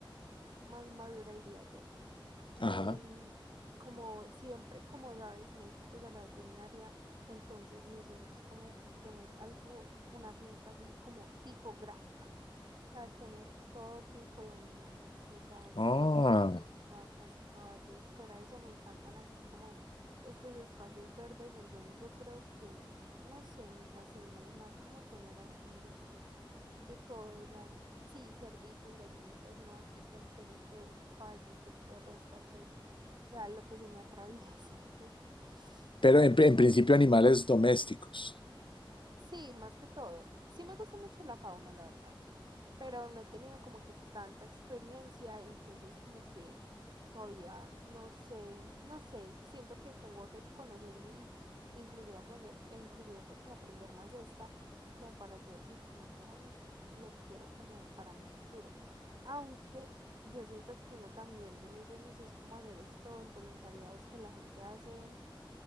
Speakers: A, on the right; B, on the left.
A: más madura diría yo.
B: Ajá.
A: Em, como siempre, como sabes, me dedico pues a la veterinaria, entonces mi sueño es como tener algo, una finca así como tipo granja, o sea, tener todo tipo de animales, o sea, cerdos,
B: Ah,
A: vacas, caballos, fuera de eso me encantan así como estos espacios verdes, entonces yo creo que, no sé, me fascina y más como tener animalitos de todo, o sea, Sí, cerditos, gallinitas, una vaquita, un torito, un caballito, perros, gatos, o sea, lo que se me atraviese, <laughs>
B: Pero
A: básicamente.
B: en, en principio animales domésticos,
A: Sí, más que todo. Sí me gusta mucho la fauna, la verdad pero no he tenido como que tanta experiencia, entonces como que todavía no sé, no sé, siento que tengo que conocer y inclusive aprender, e inclusive pues como aprender más de esta, como para yo decir como que, ay, lo quiero como para mi futuro. Aunque yo siento que uno también de mis sueños es como hacer estos voluntariados que la gente hace,